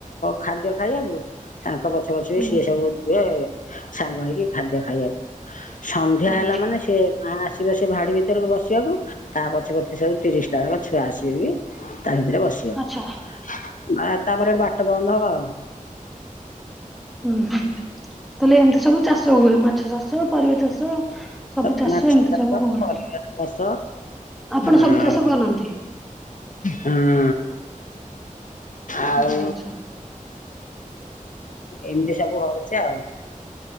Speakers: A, on the left (about 70°); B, in the centre.
A: ଖାଦ୍ୟ ଖାଇବାକୁ ତାଙ୍କ ପଛ ପଛ ବି
B: ହୁଁ
A: ସିଏ ସବୁଯିବେ ସାଙ୍ଗ ହେଇକି ଖାଦ୍ୟ ଖାଇବାକୁ ସନ୍ଧ୍ୟା
B: ଓହୋ
A: ହେଲା ମାନେ ସେ ମା ଆସିବେ ସେ ଭାଡି ଭିତରକୁ ବସିବାକୁ ତା ପଛେ ପଛେ ସବୁ ତିରିଶ ଟା ଯାକ ଛୁଆ ଆସିବେ ବି ତା ଭିତରେ ବସିବାକୁ
B: ଆଚ୍ଛା
A: ମା ତାପରେ ବାଟ ବନ୍ଦ ହବ ଆଉ।
B: ହୁଁ ହୁଁ ହୁଁ ତାହେଲେ ଏମିତି ସବୁ ଚାଷ ହୁଏ ମା ମାଛ ଚାଷ ପରିବା ଚାଷ ସବୁ
A: ସ-
B: ଚାଷ
A: ମାଛ
B: ଏମିତି ସବୁ ହୁଏ।
A: ପରିବା ଚାଷ
B: ଆପଣ
A: ଆଉ
B: ସବୁ ଚାଷ କରନ୍ତି?
A: ହୁଁ। ଆଉ
B: ଆଚ୍ଛା ଆଚ୍ଛା।
A: ଏମିତି ସବୁ ହଉଛି ଆଉ।